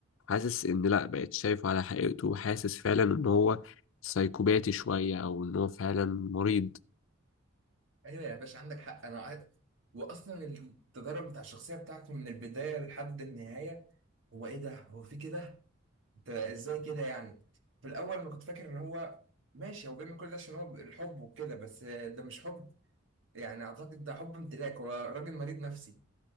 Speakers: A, on the left; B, on the right.
A: حاسس إن لأ بقيت شايفه على حقيقته وحاسس فعلا إن هو سايكوباتي شوية أو إن هو فعلا مريض
B: ايوه يا باشا عندك حق انا قاعد- واصلا التدرج بتاع الشخصيه بتاعته من البدايه لحد النهايه هو ايه ده هو في كده انت ازاي كده يعني في الاول انا كنت فاكر ان هو ماشي هو بيعمل كل ده عشان هو الحب وكده بس ده مش حب يعني اعتقد ده حب امتلاك هو راجل مريض نفسي